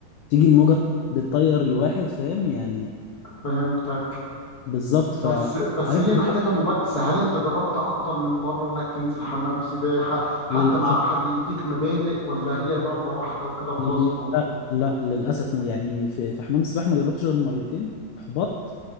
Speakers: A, on the left; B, on the left.
A: تيجي الموجه بتطير الواحد فاهم يعني
B: فهمتك
A: بالظبط
B: بس
A: ف
B: بس
A: عرفت
B: هي محتاجه ممارسه هل انت جربت اكتر من مره انك تنزل حمام سباحه حتى
A: للاسف
B: مع حد يديك مبادئ ولا هي مره واحده وكده وخلاص
A: لا, لا للاسف يعني في في حمام السباحه ما جربتش غير مرتين احبطت